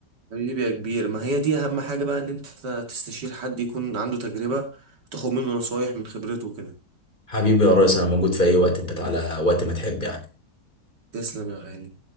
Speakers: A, on the right; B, on the left.
A: حبيبي يا كبير ما هي دي اهم حاجة بقى ان انت تستشير حد يكون عنده تجربة وتاخد منه نصايح من خبرته وكده
B: حبيبي يا ريس انا موجود في اي وقت بتاع على وقت ما تحب يعني
A: تسلم يا غالي